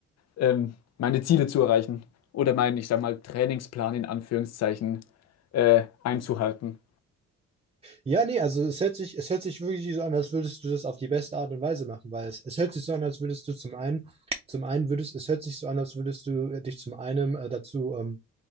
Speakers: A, on the left (about 60°); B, on the right (about 20°).
A: ähm, meine Ziele zu erreichen oder meinen, ich sag mal, Trainingsplan in Anführungszeichen äh, einzuhalten.
B: Ja, nee, also es hört sich, es hört sich wirklich so an, als würdest du das auf die beste Art und Weise machen, weil es, es hört sich so an, als würdest du zum einen, zum einen würdest, es hört sich so an, als würdest du äh, dich zum einen äh, dazu ähm,